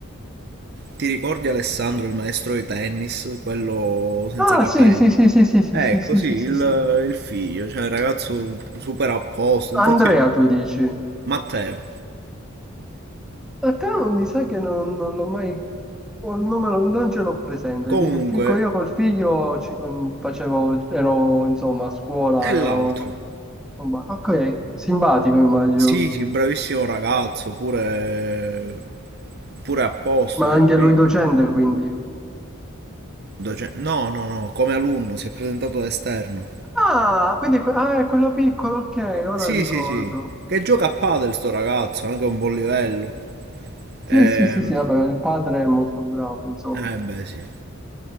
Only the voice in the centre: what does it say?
Ah,
sì, sì, sì, sì, sì, sì,
sì, sì,
sì,
sì, sì.
Andrea, tu dici.
A te non mi sa che non, non l'ho mai... o il numero non ce l'ho presente.
Il fico- io col figlio ci con- facevo... ero, insomma, a scuola,
ero... co- comba- Ok, simpatico immagino.
Ma
anche
lui docente, quindi.
Ah, quindi que- ah, è quello piccolo, ok, ora
ricordo.
Sì,
sì, sì, sì, vabbè, il padre è molto bravo, insomma.